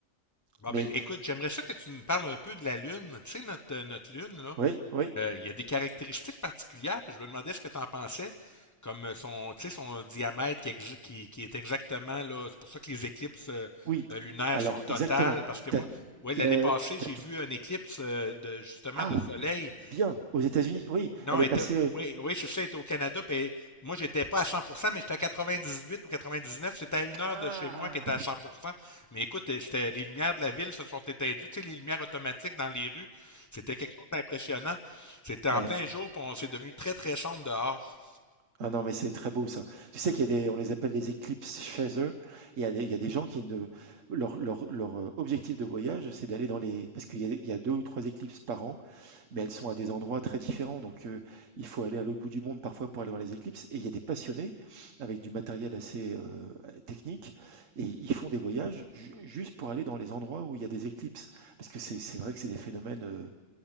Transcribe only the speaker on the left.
Bon,
ben, écoute, j'aimerais ça que tu me parles un peu de la Lune. Tu sais, notre, euh, notre Lune, là,
Euh, il y a des caractéristiques particulières, puis je me demandais ce que tu en pensais, comme euh, son, tu sais, son diamètre qui, exi- qui, qui est exactement là. C'est pour ça que les éclipses euh,
euh, lunaires
sont totales,
parce que moi,
ouais, l'année
passée,
j'ai
vu un éclipse euh, de justement
de soleil
non,
elle
était,
oui, oui, c'est ça, elle était au Canada. Puis moi, j'étais pas à 100%, mais j'étais à 98 ou 99. C'était à une heure
de chez moi qui était à 100%. Mais écoute, c'était, les lumières de la ville se sont éteindues, tu sais, les lumières automatiques dans les rues. C'était quelque chose d'impressionnant. C'était en
plein jour, puis on s'est devenu très, très sombre dehors.